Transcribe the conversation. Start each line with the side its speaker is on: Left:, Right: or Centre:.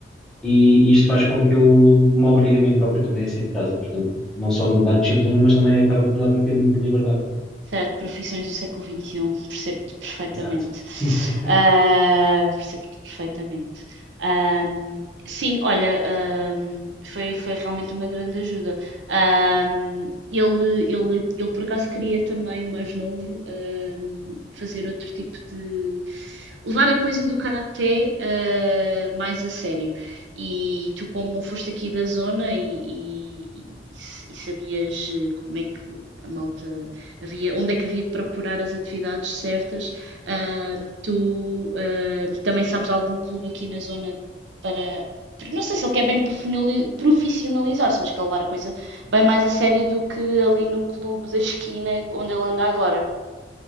Centre: e, e isto faz com que eu me obrigue a mim próprio também a sair de casa. Portanto, não só me dá disciplina, mas também acaba por dar um bocadinho de liberdade.
Right: Certo, profissões do século XXI, percebo-te perfeitamente.
Centre: Exato. <laughs>
Right: Ah, percebo-te perfeitamente. Ahm, sim, olha, ahm, foi, foi realmente uma grande ajuda. Ahm, ele, ele, ele por acaso queria também, o mais novo, ahm, fazer outro tipo de. levar a coisa do karaté, ah, mais a sério. E
Centre: Sim.
Right: tu, como foste aqui da zona e, e- e- e s- e sabias eh, como é que a malta havia, onde é que havia de procurar as atividades certas. Ah, tu ah, também sabes de algum clube aqui na zona para. porque Não sei se ele quer bem profissionali- profissionalizar-se, mas quer levar a coisa bem mais a sério do que ali no clube da esquina onde ele anda agora.